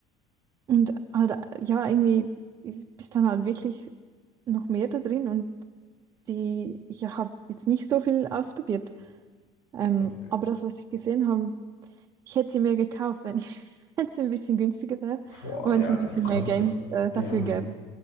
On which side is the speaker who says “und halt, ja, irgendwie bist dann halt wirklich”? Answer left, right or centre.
Right